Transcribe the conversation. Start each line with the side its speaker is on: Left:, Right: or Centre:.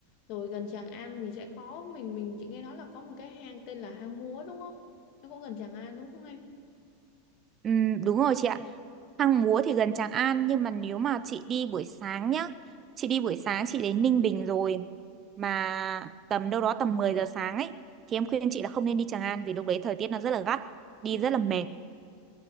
Left: rồi gần Tràng An mình sẽ có mình mình chị nghe nói là có một cái hang tên là hang Múa đúng không nó cũng gần Tràng An đúng không em
Right: ừ, đúng rồi chị ạ. Hang Múa thì gần Tràng An nhưng mà nếu mà chị đi buổi sáng nhá, chị đi buổi sáng chị đến Ninh Bình rồi mà tầm đâu đó tầm 10 giờ sáng ấy thì em khuyên chị là không nên đi Tràng An vì lúc đấy thời tiết nó rất là gắt, đi
Left: ừ.
Right: rất là mệt.